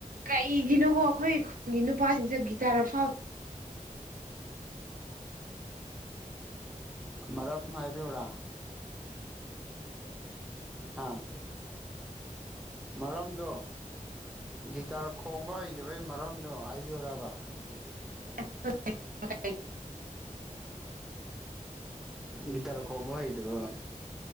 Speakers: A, on the right (about 85°); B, in the centre.
A: ꯀꯩꯒꯤꯅꯣꯀꯣ ꯑꯩꯈꯣꯏ ꯈꯨꯜꯒꯤ ꯅꯨꯄꯥꯖꯤꯡꯁꯦ ꯒꯤꯇꯥꯔ ꯑꯐꯥꯎ
B: ꯃꯔꯝ ꯍꯥꯏꯕꯤꯎ꯭ꯔꯥ ꯑꯥ ꯃꯔꯝꯗꯣ ꯒꯤꯇꯥꯔ ꯈꯣꯡꯕ ꯍꯩꯇꯕꯒꯤ ꯃꯔꯝꯗꯣ ꯍꯥꯏꯕꯤꯌꯨꯔꯕ ꯐ <unintelligible>
A: <inaudible>
B: ꯒꯤꯇꯔ ꯈꯣꯡꯕ ꯍꯩꯗꯕ